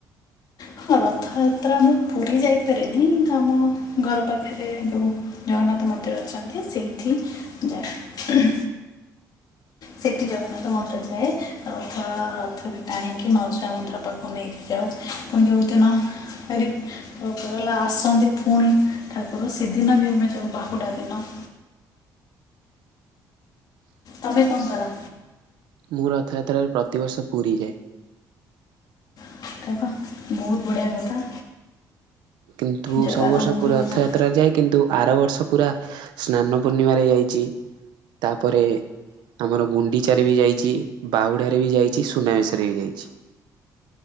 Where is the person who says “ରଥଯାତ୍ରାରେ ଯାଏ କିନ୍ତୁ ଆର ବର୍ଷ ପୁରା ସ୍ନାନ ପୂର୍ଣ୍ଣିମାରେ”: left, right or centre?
Right